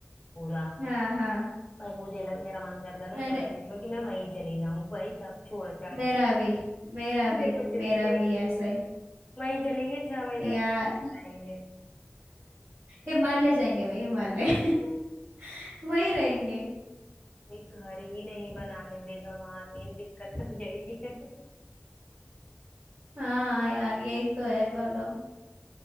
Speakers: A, on the left (about 30°); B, on the right (about 65°).
A: पूरा
B: हाँ हाँ
A: भाई मुझे लग मेरा मन करता है ना
B: मैंने
A: गर्मी में कि मैं वहीं चली जाऊँ भाई सब छोड़ छाड़
B: मेरा
A: के
B: भी मेरा
A: मुझे
B: भी
A: कुछ नहीं
B: मेरा
A: चाहिए
B: भी ऐसा ही
A: वहीं चलेंगे छह महीने हम
B: यार
A: रहेंगे
B: हिमालय जाएंगे भाई हिमालय <laughs> वहीं रहेंगे
A: कोई घर ही नहीं बनाने देगा वहां मेन दिक्कत तो यही है यार
B: हाँ यार यही तो है प्रॉब्लम